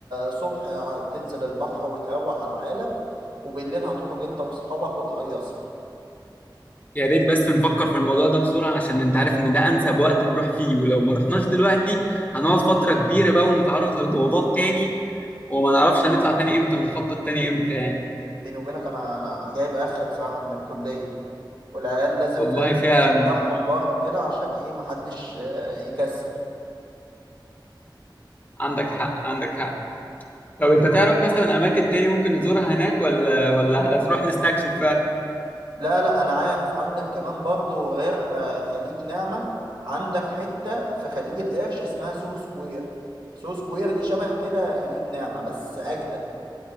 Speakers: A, on the right; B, on the left.
A: صبح تنزل البحر وتروق على حالك وبالليل هتخرج انت واصحابك وتهيصوا
B: يا ريت بس نفكر في الموضوع ده بسرعة عشان انت عارف ان ده انسب وقت نروح فيه ولو ما رحناش دلوقتي هنقعد فترة كبيرة بقى ونتعرض لضغوطات تاني وما نعرفش هنطلع تاني امتى ونخطط تاني امتى يعني
A: بيني وبينك انا انا جايب اخر بصراحه من الكليه والعيال لازم
B: والله
A: فاهم انت
B: فعلا
A: تشجعهم برضه كده عشان ايه محدش آه، يكسل
B: عندك حق عندك حق طب انت تعرف مثلا اماكن تاني ممكن نزورها هناك ولا ولا هنروح نستكشف بقى؟
A: لا لا انا عارف عندك كمان برضه غير آه، خليج نعمة عندك حتة في خليج القرش اسمها سوهو سكوير سوهو سكوير دي شبه كده خليج نعمة بس اجدد